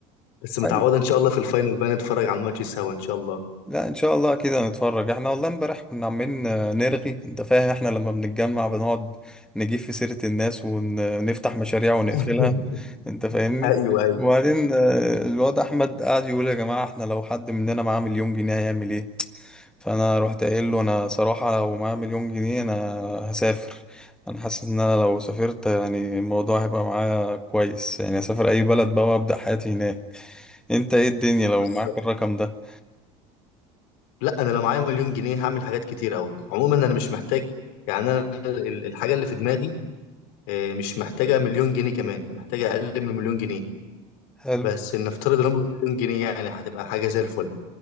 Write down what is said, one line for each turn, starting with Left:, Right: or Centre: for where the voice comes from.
Left: بس متعوده
Centre: حلو
Left: ان شاء الله في الفاينل بقى نتفرج على الماتش سوا ان شاء الله
Centre: لا ان شاء الله كده نتفرج احنا والله امبارح كنا عمالين آه، نرغي انت فاهم احنا لما بنتجمع بنقعد نجيب في سيرة الناس ونفتح مشاريع ونقفلها
Left: <laughs>
Centre: انت فاهمني
Left: ايوه ايوه
Centre: وبعدين آه، الواد احمد قعد يقول يا جماعة احنا لو حد مننا معاه مليون جنيه هيعمل ايه فانا رحت قايل له انا صراحة لو معايا مليون جنيه انا هسافر انا حاسس ان انا لو سافرت يعني الموضوع هيبقى معايا كويس يعني اسافر اي بلد بقى وابدا حياتي هناك انت ايه الدنيا لو
Left: بالظبط
Centre: معاك الرقم ده
Left: لا انا لو معايا مليون جنيه هعمل حاجات كتير قوي عموما انا مش محتاج يعني انا ال- الحاجه اللي في دماغي آه، مش محتاجه مليون جنيه كمان انا محتاجه اقل من مليون جنيه
Centre: حلو
Left: بس نفترض ان هم مليون جنيه يعني هتبقى حاجه زي الفل